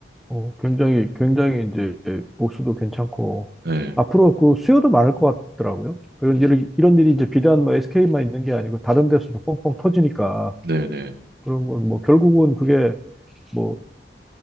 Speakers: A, in the centre; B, on the right (about 60°).
A: 어, 굉장히 굉장히 이제 보수도 괜찮고
B: 네.
A: 앞으로 그 수요도 많을 것 같더라고요. 그런 일이 이런 일이 이제 비단 뭐 SK만 있는 게 아니고 다른 데서도 뻥뻥 터지니까
B: 네, 네.
A: 그런 건 뭐 결국은 그게 뭐,